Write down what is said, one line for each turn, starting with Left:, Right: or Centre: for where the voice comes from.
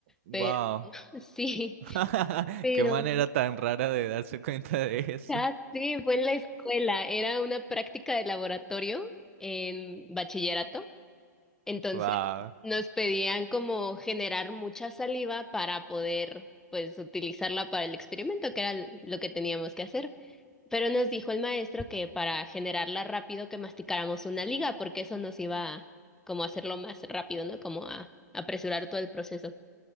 Right: Wow.
Centre: Pero sí,
Right: <laughs>
Centre: pero
Right: Qué manera tan rara de darse cuenta de eso.
Centre: ah, sí, fue en la escuela. Era una práctica de laboratorio en bachillerato. Entonces
Right: Wow.
Centre: nos pedían como generar mucha saliva para poder pues utilizarla para el experimento, que era l- lo que teníamos que hacer. Pero nos dijo el maestro que para generarla rápido que masticáramos una liga, porque eso nos iba a- como a hacerlo más rápido, ¿no? Como a apresurar todo el proceso.